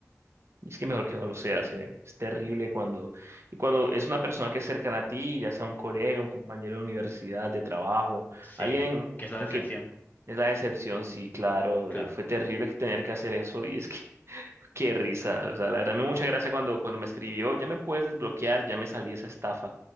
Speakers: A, on the right; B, on the left.
A: Y es que mejor que no lo seas, eh, Es terrible cuando, y cuando es una persona que es cercana a ti, ya sea un colega, un compañero de universidad, de trabajo,
B: Sí,
A: alguien
B: que es la
A: con
B: decepción,
A: quien es la decepción, sí, claro,
B: claro.
A: eh, fue terrible que tener que hacer eso y es que <laughs> qué risa, o sea, la verdad me dio mucha gracia cuando, cuando me escribió, ya me puedes desbloquear, ya me salí de esa estafa.